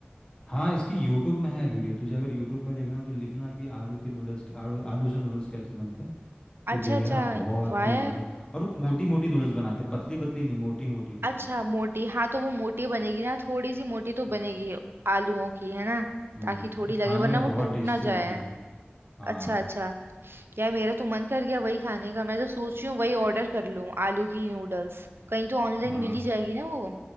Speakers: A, on the left; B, on the right.
A: हाँ इसकी यूट्यूब में है वीडियो तुझे अगर यूट्यूब में देखना है तो लिखना कि आलू के नूडल्स आलू, आलू से नूडल्स कैसे बनते हैं तो
B: अच्छा
A: देखना
B: अच्छा
A: बहुत
B: वाह
A: ही
B: यार
A: ज़बरदस्त और वो मोटी मोटी नूडल्स बनाते पतली पतली नहीं मोटी मोटी होती
B: अच्छा
A: है
B: मोटी हाँ तो वो मोटी बनेगी ना थोड़ी सी मोटी तो
A: हाँ
B: बनेगी आलूओं की है ना
A: हम्म
B: ताकि थोड़ी
A: और
B: लगे
A: खाने
B: वरना
A: में
B: वो
A: बहुत
B: टूट
A: टेस्टी
B: ना जाए
A: होती है हाँ
B: अच्छा अच्छा यार मेरा तो मन कर गया वही खाने का मैं तो सोच रही हूँ वही ऑर्डर कर लूँ आलू की नूडल्स कहीं तो ऑनलाइन
A: हाँ
B: मिल ही जाएगी ना वो